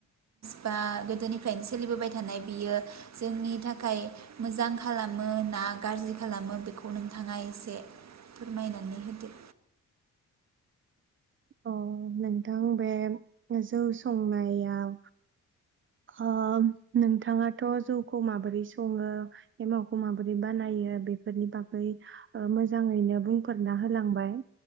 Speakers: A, on the right; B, on the right.
A: बा गोदोनिफ्रायनो सोलिबोबाय थानाय बियो जोंनि थाखाय मोजां खालामो ना गाज्रि खालामो बेखौ नोंथाङा एसे फोरमायनानै होदो
B: अ नोंथां बे जौ संनायाव अ नोंथाङाथ' जौखौ माबोरै सङो एमावखौ माबोरै बानायो बेफोरनि बागै मोजाङैनो बुंफोरना होलांबाय्